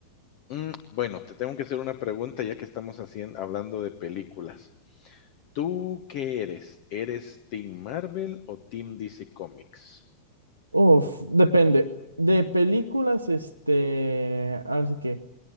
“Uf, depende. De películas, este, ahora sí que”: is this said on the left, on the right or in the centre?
Right